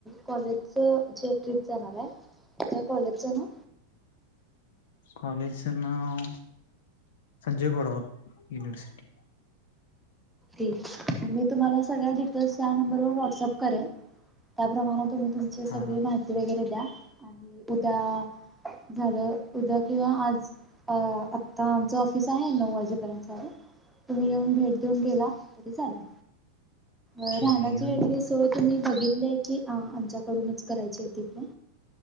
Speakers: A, in the centre; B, on the left (about 55°).
A: कॉलेजच जे ट्रिप जाणाराय. त्या कॉलेजचं नाव
B: कॉलेज च नाव संजय घोडावत युनिवर्सिटी
A: ती मी तुम्हाला सगळ्या डि तर सहा नंबर वर व्हॉट्सअप करेण. त्याप्रमाणे तुम्ही तुमची सगळी
B: हा
A: माहिती वगैरे द्या. आणि उद्या झालं उद्या किंवा आज अ आता आमचं ऑफिस आहे नऊ वाजेपर्यंतच आहे तुम्ही येऊन भेट देऊन गेला तरी चालेल अ
B: ठीक
A: राहण्याची
B: आहे येऊन
A: वगैेरे सोय तुम्ही बघितलेय की आ आमच्याकडूनच करायची आहे ती पण